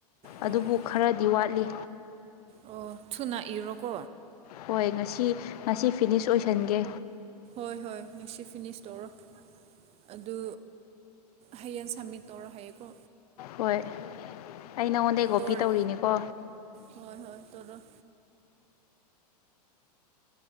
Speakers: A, on the right; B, on the left.
A: ꯑꯣ
B: ꯑꯗꯨꯕꯨ ꯈꯔꯗꯤ ꯋꯥꯠꯂꯤ
A: ꯑꯣ ꯊꯨꯅ ꯏꯔꯣꯀꯣ
B: ꯍꯣꯏ ꯉꯁꯤ ꯉꯁꯤ ꯐꯤꯅꯤꯁ ꯑꯣꯏꯁꯟꯒꯦ
A: ꯍꯣꯏ ꯍꯣꯏ ꯉꯁꯤ ꯐꯤꯅꯤꯁ ꯇꯧꯔꯣ ꯑꯗꯨ ꯍꯌꯦꯡ ꯁꯝꯃꯤꯠ ꯇꯧꯔ ꯍꯥꯏꯌꯦꯀꯣ
B: ꯍꯣꯏ ꯑꯩ ꯅꯉꯣꯟꯗ ꯀꯣꯄꯤ
A: ꯇꯣꯔ
B: ꯇꯧꯔꯤꯅꯤꯀꯣ
A: ꯍꯣꯏ ꯍꯣꯏ ꯇꯧꯔꯣ